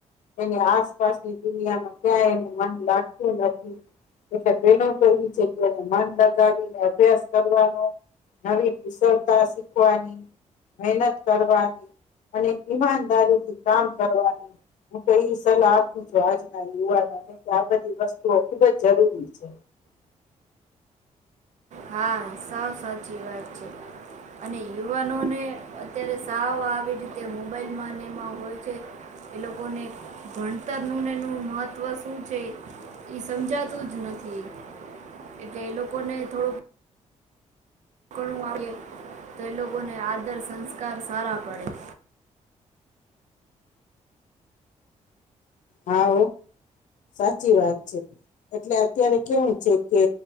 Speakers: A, on the left (about 80°); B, on the right (about 70°).
A: એની આસપાસની દુનિયામાં ક્યાંય એનું મન લાગતું નથ એ તો બેનો કહ્યું છે અત્યારે મન લગાવીને અભ્યાસ કરવાનો નવી કુશળતા શીખવાની મહેનત કરવાની અને ઈમાનદારીથી કામ કરવાની હું તો ઈ સલાહ આપું છું આજના યુવાનોને કે આ બધી વસ ખૂબજ જરૂરી છે,
B: હા સાવ સાચી વાત છે., અને યુવાનોને અત્યારે સાવ આવી રીતે મોબાઈલમાં ને એમાં હોય છે., એ લોકોને ભણતરનું ને એનું મહત્વ શું છે., એ સમજાતું જ નથી એટલે એ લોકોને થોડુંક, ઘણું આપીએ તે લોકોને આદર સંસ્કાર સારા પડે,
A: હા હો સાચી વાત છે., એટલે અત્યારે કેવું છે કે